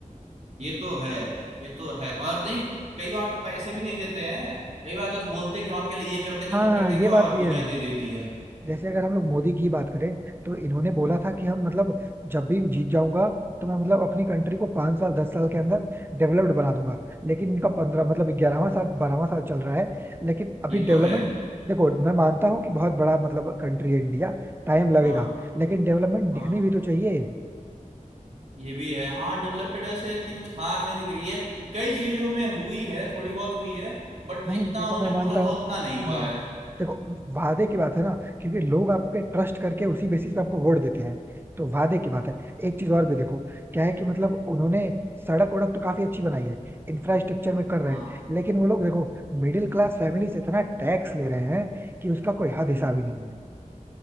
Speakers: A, on the right; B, on the right.
A: ये तो है ये तो है और नहीं कई बार तो पैसे भी नहीं देते हैं कई बार तो बस बोलते हैं कि हम आपके लिए ये कर देंगे
B: हाँ
A: वो
B: हाँ
A: कर देंगे
B: ये
A: और
B: बात भी
A: दुनिया
B: है
A: दे देती है
B: जैसे अगर हम लोग मोदी की बात करें तो इन्होंने बोला
A: हाँ।
B: था कि हम मतलब जब भी जीत जाऊंगा तो मैं मतलब अपनी कंट्री को पांच साल दस साल के अंदर डेवलप्ड बना दूंगा लेकिन इनका पंद्रह मतलब ग्यारहवा साल बारहवां साल चल रहा है लेकिन अभी
A: ये तो
B: डेवलपमेंट
A: है
B: देखो मैं मानता हूँ कि बहुत बड़ा मतलब कंट्री है इंडिया टाइम लगेगा
A: हाँ
B: लेकिन डेवलपमेंट
A: हाँ
B: दिखनी भी तो चाहिए
A: ये भी है हाँ डेवलपमेंट वैसे इतनी कुछ खास नहीं दिख रही है कई चीजों में हुई है थोड़ी बहुत हुई है बट
B: नहीं
A: जितना
B: देखो
A: उन्होंने
B: मैं मानता
A: बोला
B: हूँ
A: था उतना नहीं हुआ
B: हाँ
A: है
B: देखो वादे की बात है ना क्योंकि लोग आप पे ट्रस्ट करके उसी बेसिस पे आपको वोट देते हैं तो वादे की बात है एक चीज और भी देखो क्या है कि मतलब उन्होंने सड़क वड़क तो काफी अच्छी बनाई है इंफ्रास्ट्रक्चर में कर रहे
A: हाँ
B: हैं लेकिन वो लोग देखो मिडिल क्लास फैमिली से इतना टैक्स ले रहे हैं कि उसका कोई हद
A: हम्म,
B: हिसाब ही नहीं है